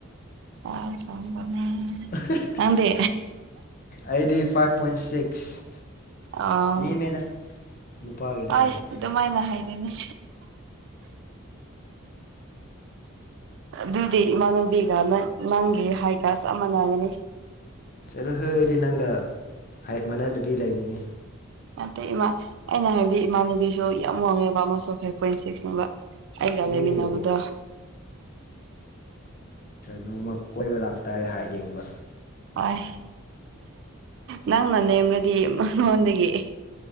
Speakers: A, on the right; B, on the left.
A: ꯀꯥꯎ ꯆꯕꯅꯦ
B: ꯑ
A: ꯅꯪꯗꯦ
B: ꯑꯩꯗꯤ ꯐꯥꯏꯚ ꯄꯣꯏꯟ ꯁꯤꯛꯁ
A: ꯑ
B: ꯅꯦꯝꯃꯦꯗ ꯅꯨꯄꯥꯒꯤꯗ
A: ꯐꯥꯏ
B: ꯍꯥꯏꯔꯗꯤ
A: ꯑꯗꯨꯃꯥꯏꯅ ꯍꯥꯏꯗꯨꯅꯤ ꯑꯗꯨꯗꯤ ꯏꯃꯥꯟꯅꯨꯕꯤꯒ ꯅꯪ ꯅꯪꯒꯤ ꯍꯥꯏꯒ ꯆꯞ ꯃꯥꯟꯅꯒꯅꯤ
B: ꯆꯠꯂꯨ ꯍꯣꯏ ꯑꯩꯗꯤ ꯅꯪꯒ ꯍꯥꯏꯠ ꯃꯥꯟꯅꯗꯕꯤ ꯂꯩꯅꯤꯡꯉꯤ
A: ꯅꯠꯇꯦ ꯏꯃꯥ ꯑꯩꯅ ꯍꯥꯏꯕꯗꯤ ꯏꯃꯥꯟꯅꯕꯤꯁꯨ ꯌꯥꯝ ꯋꯥꯡꯉꯦꯕ ꯑꯃꯁꯨ ꯐꯥꯏꯚ ꯄꯣꯏꯟ ꯁꯤꯛꯁꯅꯦꯕ ꯑꯩꯒꯦꯃꯤꯟꯅꯕꯗ
B: ꯑꯣ ꯅꯣꯡꯃ ꯀꯣꯏꯕ ꯂꯥꯛꯇꯥꯔꯦ ꯍꯥꯏ ꯌꯦꯡꯕ
A: ꯍꯣꯏ ꯅꯪꯅ ꯅꯦꯝꯔꯗꯤ ꯅꯉꯣꯟꯗꯒꯤ